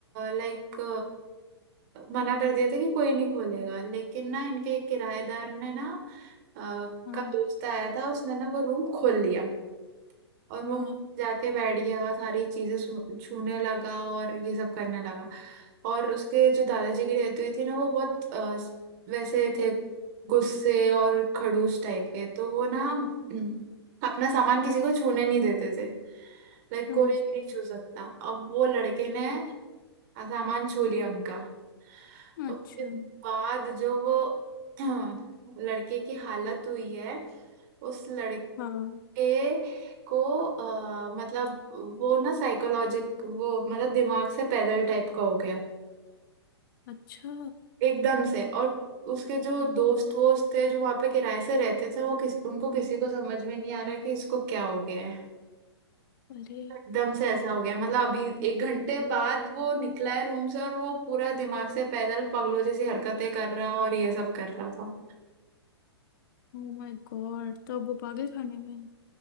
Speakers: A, on the right; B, on the left.
A: लाइक मना कर दिया था कि कोई नहीं खोलेगा लेकिन ना इनके एक किराएदार ने ना अ,
B: हाँ
A: का दोस्त आया था उसने ना वो रूम खोल लिया और वो
B: हाँ
A: जाके बैठ गया सारी चीजें छू- छूने लगा और ये सब करने लगा और उसके जो दादाजी की डेथ हुई थी ना वो बहुत अ, वैसे थे गुस्से और खड़ूस टाइप के तो वो ना <clears throat> हम्म, अपना सामान किसी को छूने नहीं देते थे लाइक
B: समझ
A: कोई भी
B: गई
A: नहीं छू सकता अब वो लड़के ने सामान छू लिया उनका
B: अच्छा
A: उसके बाद जो वो <clears throat> लड़के की हालत हुई है उस लड़के
B: हाँ
A: ए को अ, मतलब वो ना साइकोलॉजिक वो मतलब दिमाग से पैदल टाइप का हो गया
B: अच्छा
A: एकदम से और उसके जो दोस्त वोस्त थे जो वहां पे किराए से रहते थे वो किस उनको किसी को समझ में नहीं आ रहा कि इसको क्या हो गया है
B: अरे
A: एकदम से ऐसा हो गया मतलब अभी एक घंटे बाद वो निकला है रूम से और वो पूरा दिमाग से पैदल पागलों जैसी हरकतें कर रहा और ये सब कर रहा था
B: ओ माय गॉड तो अब वो पागल खाने में है।